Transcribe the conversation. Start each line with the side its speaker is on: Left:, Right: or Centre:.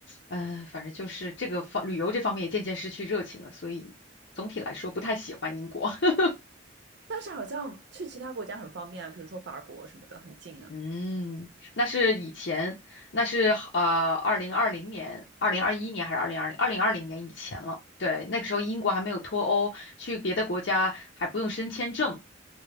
Left: 嗯、反正就是这个方旅游这方面也渐渐失去热情了，所以总体来说不太喜欢英国。<laughs>
Right: 但是好像去其他国家很方便啊，比如说法国什么的，很近啊。
Left: 嗯，那是以前，那是呃，二零二零年、二零二一年还是二零二零、二零二零年以前了。对，那个时候英国还没有脱欧，去别的国家还不用申签证。